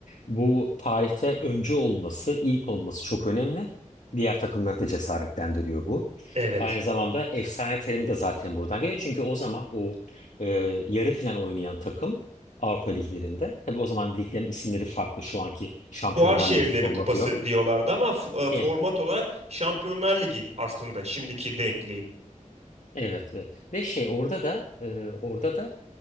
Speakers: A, on the left; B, on the right.
A: Bu tarihte öncü olması, ilk olması çok önemli. Diğer takımları da cesaretlendiriyor bu.
B: Evet.
A: Aynı zamanda efsane terimi de zaten buradan geliyor. Çünkü o zaman o e, yarı final oynayan takım Avrupa liglerinde. Tabii o zaman liglerin isimleri farklı. Şu anki Şampiyonlar
B: Fuar Şehirleri
A: Ligi formatı
B: Kupası
A: yok.
B: diyorlardı ama f- e, format
A: Evet,
B: olarak Şampiyonlar Ligi aslında şimdiki denkliği.
A: evet, evet. Ve şey orada da e, orada da